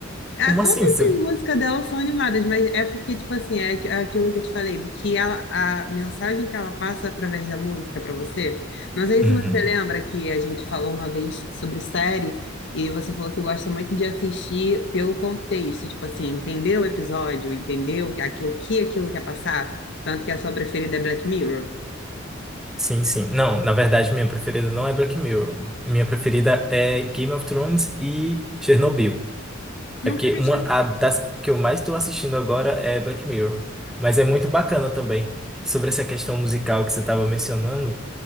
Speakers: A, on the left; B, in the centre.
A: Ah,
B: Como
A: todas
B: assim? Você...
A: as músicas dela são animadas, mas é porque, tipo assim, é aqu- aquilo que eu te falei, do que ela, a mensagem que ela passa através da música para você. Não sei
B: Uhum.
A: se você lembra que a gente falou uma vez sobre série e você falou que gosta muito de assistir pelo contexto, tipo assim, entendeu o episódio, entendeu aqui- o que aquilo quer passar, tanto que a sua preferida é Black Mirror.
B: Sim, sim. Não, na verdade, minha preferida não é Black Mirror. Minha preferida é Game of Thrones e Chernobyl.
A: Nunca
B: É porque
A: vi,
B: uma a das que eu mais estou assistindo agora é Black Mirror. Mas é muito bacana também. Sobre essa questão musical que você estava mencionando,